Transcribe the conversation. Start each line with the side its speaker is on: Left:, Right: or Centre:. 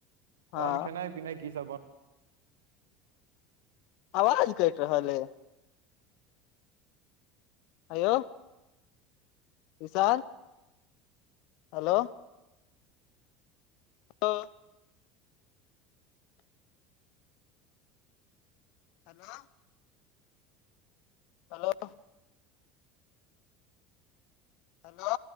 Left: हँ
Right: तहन खेनाइ पिनाइ की सब बन
Left: आवाज कटि रहल अय आयो Mishra hello hello hello hello hello